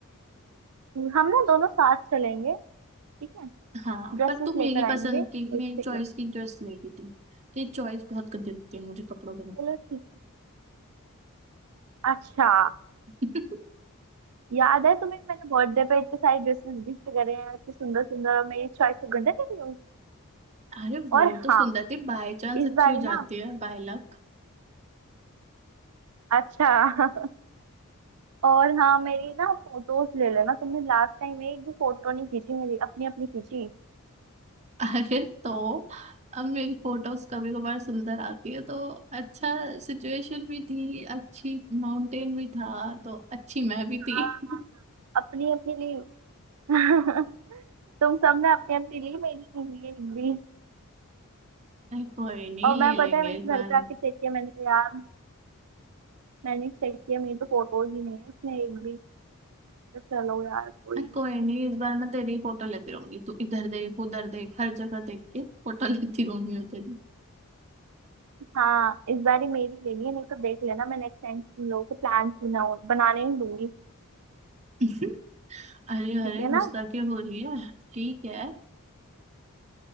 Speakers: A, on the right; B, on the right.
A: हम ना दोनों साथ चलेंगे ठीक है
B: हाँ
A: ड्रेसेस
B: पर तू
A: लेकर
B: मेरी
A: आएंगे
B: पसंद की
A: एक
B: मेरी
A: से
B: चॉइस
A: एक
B: की ड्रेस लेती थी तेरी चॉइस बहुत कर देती है मुझे कपड़ों के में
A: चलो ठीक है अच्छा
B: <laughs>
A: याद है तुम्हें मैंने बर्थडे पे इतने सारे ड्रेसेस गिफ्ट करे हैं इतने सुंदर सुंदर और मेरी चॉइस को गंदा नहीं हूँ
B: अरे वो
A: और
B: तो
A: हाँ
B: सुंदर थी बाय चांस
A: इस
B: अच्छी
A: बार
B: हो
A: ही ना
B: जाती है बाय लक
A: अच्छा <laughs> और हाँ मेरी ना फोटोज ले लेना तुमने लास्ट टाइम एक भी फोटो नहीं खींची मेरी अपनी अपनी खींची
B: अरे तो अब मेरी फोटोज कभी कभार सुंदर आती है तो अच्छा सिचुएशन भी थी अच्छी माउंटेन भी था तो अच्छी मैं भी थी
A: हाँ
B: <laughs>
A: अपनी अपनी ली <laughs> तुम सबने अपनी अपनी ली मेरी नहीं हुई एक भी
B: अरे कोई नहीं
A: और मैं
B: ले
A: पता
B: लेंगे
A: है मैंने
B: इस बार
A: घर पे आके चेक किया मैंने कहा यार मैंने चेक किया मेरी तो फोटोज ही नहीं है इसमें एक भी तो चलो यार कोई
B: अरे कोई नहीं इस बार मैं तेरी फोटो लेती रहूंगी तू इधर देख उधर देख हर जगह देख के फोटो <laughs> लेती रहूंगी मैं तेरी
A: हाँ इस बार ही मेरी लेनी है नहीं तो देख लेना मैं नेक्स्ट टाइम तुम लोगों को प्लान बनाऊ बनाने नहीं दूंगी
B: <laughs> अरे
A: ठीक
B: अरे
A: है ना
B: गुस्सा क्यों हो रही है ठीक है